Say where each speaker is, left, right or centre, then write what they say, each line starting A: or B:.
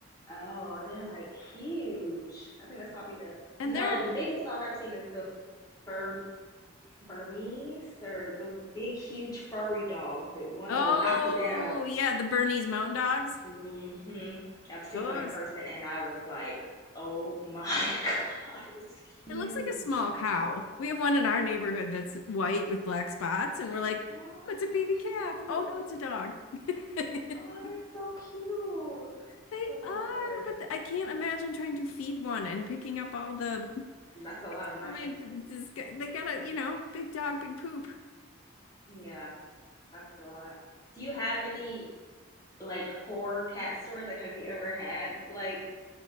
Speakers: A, on the left (about 15°); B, on the left (about 85°).
A: oh, they're like huge. I think that's probably the,
B: And
A: no,
B: they're,
A: the biggest dog I've seen is the Burm, Burmese or the big, huge, furry dogs, the ones
B: oh,
A: that will knock you down.
B: yeah, the Bernese Mountain Dogs.
A: hmm I've seen
B: Goes.
A: one in person and I was like, oh <laughs> my God, it was huge.
B: It looks like a small cow. We have one in our neighborhood that's white with black spots, and we're like,
A: Oh,
B: oh,
A: it's
B: it's a baby
A: so cute.
B: calf. Oh no, it's a dog. <laughs>
A: Oh, that's so cute.
B: They
A: Love
B: are,
A: those colors.
B: but th- I can't imagine trying to feed one and picking up all the.
A: That's a lot
B: <laughs>
A: of money.
B: I mean, this guy- they got a, you know, big dog, big poop.
A: Yeah, that's a lot. Do you have any like horror cat stories? Like, have you ever had like